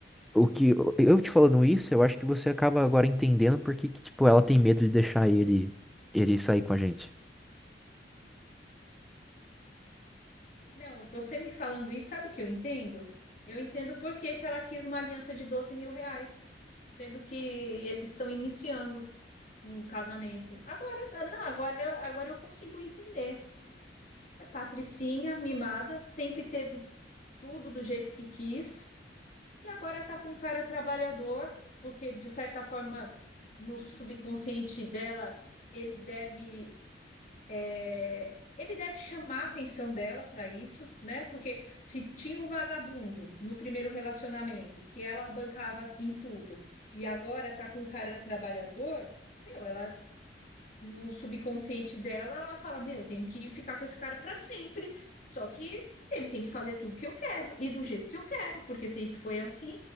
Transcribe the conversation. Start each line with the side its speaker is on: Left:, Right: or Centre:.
Centre: o que eu eu te falando isso, eu acho que você acaba agora entendendo porque que, que, tipo, ela tem medo de deixar ele ele sair com a gente.
Left: Não, você me falando isso, sabe o que eu entendo? Eu entendo por que que ela quis uma aliança de doze mil reais, sendo que eles estão iniciando um casamento. Agora, não, agora, agora eu consigo entender. Patricinha, mimada, sempre teve tudo do jeito que quis e agora tá com um cara trabalhador, porque de certa forma no subconsciente dela ele deve é, ele deve chamar a atenção dela para isso, né? Porque se tinha um vagabundo no primeiro relacionamento que ela bancava em tudo e agora tá com um cara trabalhador, meu, ela no subconsciente dela, ela fala: Meu, eu tenho que ficar com esse cara para sempre. Só que ele tem que fazer tudo que eu quero e do jeito que eu quero, porque sempre foi assim.